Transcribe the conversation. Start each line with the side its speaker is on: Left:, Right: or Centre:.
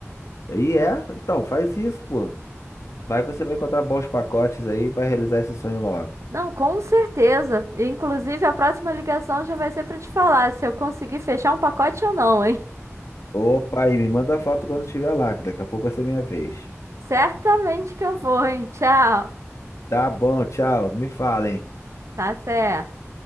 Left: E é, então, faz isso, pô. Vai que você vai encontrar bons pacotes aí e vai realizar esse sonho logo.
Right: Não, com certeza. Inclusive, a próxima ligação já vai ser para te falar se eu conseguir fechar um pacote ou não, hein?
Left: Opa, e me manda foto quando estiver lá, que daqui a pouco vai ser minha vez.
Right: <laughs> Certamente que eu vou, hein? Tchau.
Left: Tá bom, tchau. Me falem.
Right: Tá certo.